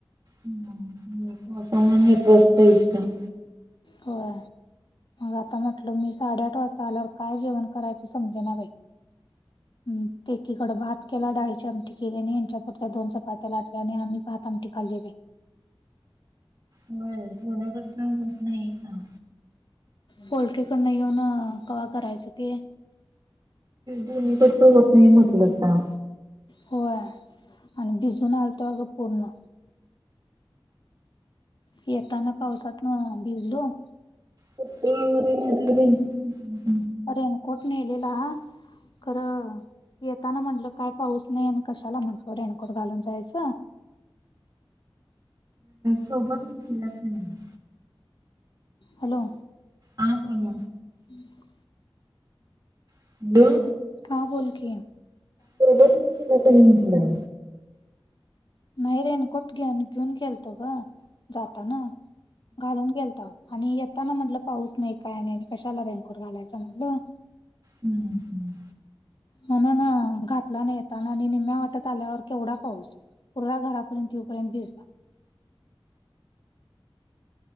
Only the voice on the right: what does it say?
हम्म पावसामुळे नेर्टवक चा इशू आहे
होय जनकटनात नाही का
दुक चलत नाही म्हटलं काम.
पत्र वगैरे म त्यां.
सोबत नच नाही.
ह ह ह.
हॅल्लो
सबत म का क म्ह तला.
हम्म हम्म